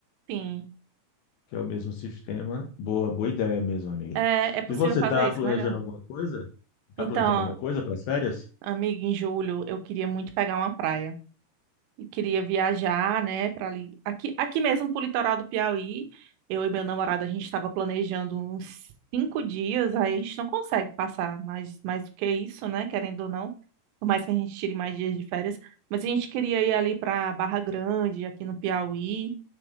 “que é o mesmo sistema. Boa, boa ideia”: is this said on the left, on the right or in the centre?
Left